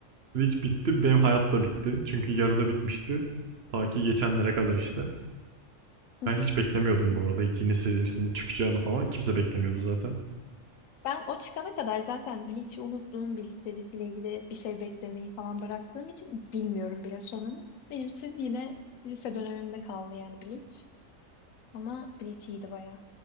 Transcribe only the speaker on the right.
hiç bitti benim hayat da bitti. Çünkü yarıda bitmişti. Ta ki geçenlere kadar işte.
Ben
hiç beklemiyordum bu arada yeni serisinin çıkacağını falan. Kimse beklemiyordu zaten.